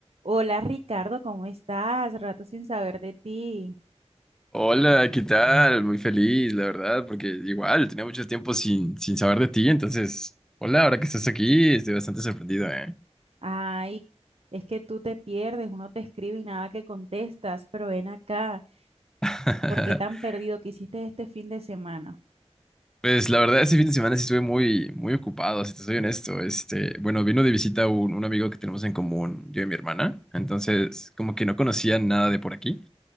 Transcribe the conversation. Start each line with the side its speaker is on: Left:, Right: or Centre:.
Right: Hola Ricardo, ¿cómo estás? Rato sin saber de ti.
Centre: Hola, ¿qué tal? Muy feliz, la verdad, porque igual tenía mucho tiempo sin, sin saber de ti, entonces, hola, ahora que estás aquí, estoy bastante sorprendido, ¿eh?
Right: Ay, es que tú te pierdes, uno te escribe y nada que contestas, pero ven acá,
Centre: <laughs>
Right: ¿por qué tan perdido ¿Qué hiciste este fin de semana?
Centre: Pues la verdad, ese fin de semana sí estuve muy, muy ocupado, si te soy honesto. Este, bueno, vino de visita un, un amigo que tenemos en común, yo y mi hermana, entonces, como que no conocía nada de por aquí.